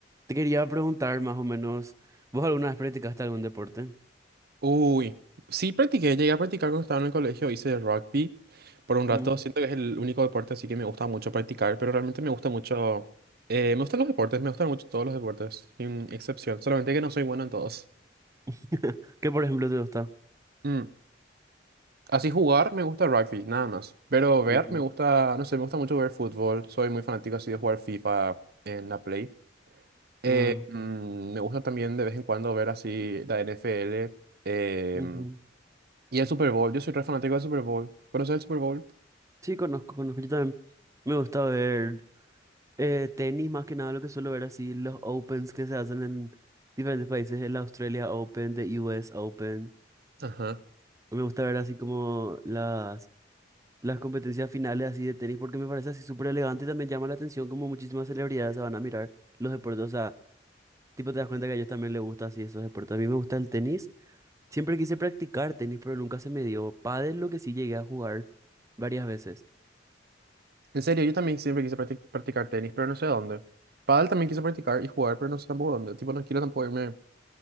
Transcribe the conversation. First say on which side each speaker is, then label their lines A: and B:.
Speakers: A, on the right; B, on the right.
A: Te quería preguntar más o menos, ¿vos alguna vez practicaste algún deporte?
B: Uy, sí practiqué, llegué a practicar cuando estaba en el colegio, hice rugby por un rato,
A: Ujú.
B: siento que es el único deporte así que me gusta mucho practicar, pero realmente me gusta mucho, eh, me gustan los deportes, me gustan mucho todos los deportes, sin excepción, solamente que no soy bueno en todos.
A: <laughs> ¿Qué por ejemplo te gusta?
B: Mm, Así jugar me gusta rugby, nada más, pero ver
A: Ujú.
B: me gusta, no sé, me gusta mucho ver fútbol, soy muy fanático así de jugar FIFA en la Play. Eh,
A: Ah,
B: mm, me gusta también de vez en cuando ver así la NFL. em,
A: ujú.
B: y el Super Bowl, yo soy re fanático del Super Bowl. ¿Conoces el Super Bowl?
A: Sí, conozco, conozco. Yo también me gusta ver eh, tenis, más que nada lo que suelo ver así, los Opens que se hacen en diferentes países, el Australia Open, the US Open.
B: Ajá.
A: Me gusta ver así como las, las competencias finales así de tenis porque me parece así súper elegante y también llama la atención como muchísimas celebridades se van a mirar los deportes, o sea, tipo te das cuenta que a ellos también les gusta así esos deportes. A mí me gusta el tenis. Siempre quise practicar tenis, pero nunca se me dio. Pádel lo que sí llegué a jugar varias veces.
B: En serio, yo también siempre quise practic- practicar tenis, pero no sé dónde. Pádel también quise practicar y jugar, pero no sé tampoco dónde. Tipo, no quiero tampoco irme